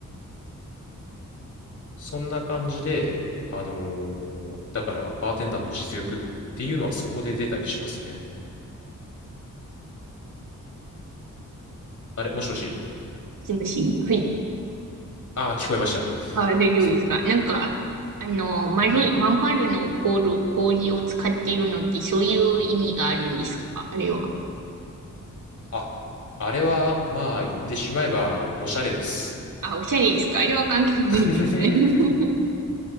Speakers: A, on the left; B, on the right.
A: そんな感じで、あのーだからバーテンダーの実力っていうのはそこで出たりしますね。あれ、もしもし。
B: もしもし。はい。
A: ああ、聞こえました。
B: あ、大丈夫ですか。
A: そう。
B: なんか、
A: あ
B: あの、丸い、
A: はい。
B: まん丸の氷、氷を使っているのって、そういう意味があるんですかあれは。
A: あ、あれは、まあ、言ってしまえば、おしゃれです。
B: あ、おしゃれですかあれは関係ないんですね。
A: <laughs>
B: <laughs>